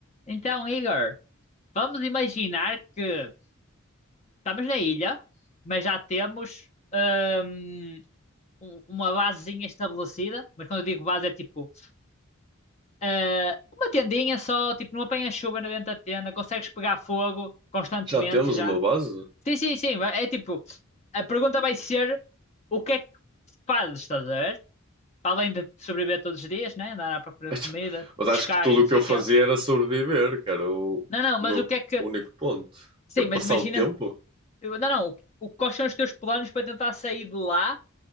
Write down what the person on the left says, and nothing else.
Então, Igor, vamos imaginar que estamos na ilha, mas já temos hum, um- uma basezinha estabelecida. Mas quando eu digo base, é tipo ah, uma tendinha só, tipo, não apanha chuva na dentro da tenda, consegues pegar fogo constantemente
já.
Sim, sim, sim. É tipo, a pergunta vai ser o que é que fazes, estás a ver? Para além de sobreviver todos os dias, né? Andar à procura
de comida,
pescar
e não
sei
o
quê.
Não, não, mas
o que é que.
Sim,
mas imagina.
Eu- não, não. O, quais são os teus planos para tentar sair de lá?